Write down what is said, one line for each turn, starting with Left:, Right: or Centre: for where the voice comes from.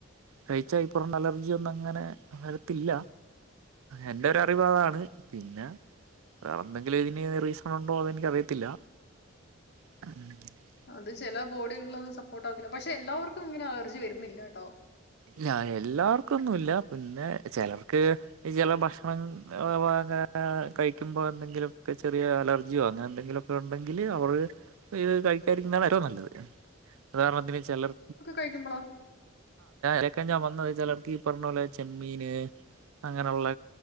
Right: കഴിച്ചൽപ്പറുള്ള അലർജിയോന്നങ്ങനെ വരത്തില്ല എന്റെരറിവാതാണ് പിന്നെ വേറെന്തെങ്കിലു ഇതിന് റീസൺ ഉണ്ടോ അതെനിക്കറിയത്തില്ല <unintelligible>
Left: അത് ചില ബോഡികളിലത് സപ്പോർട്ട് ആവത്തില്ല പക്ഷെ എല്ലാവർക്കും ഇങ്ങനെ അലർജി വരുന്നില്ലട്ടോ
Right: ഇല്ല എല്ലാവർക്കും ന്നുല്ല പിന്നെ ചെലർക്ക് ഈ ചില ഭക്ഷണം <unintelligible> കഴിക്കുമ്പോ എന്തെങ്കിലുക്കെ ചെറിയ അലർജിയോ അങ്ങനെ എന്തെങ്കിലും ഉണ്ടെങ്കിൽ അവര് ഇത് കഴിക്കാരിക്കുന്നതാണ് ഏറ്റവും നല്ലത് ഉദാരണത്തിന് ചിലർ
Left: കഴിക്കുമ്പളോ
Right: ക്കെ ഞാൻ വന്ന് ചെയ്ച്ചാൽ ഈ പറഞ്ഞ പോലെ ചെമ്മീന് അങ്ങനെയുള്ള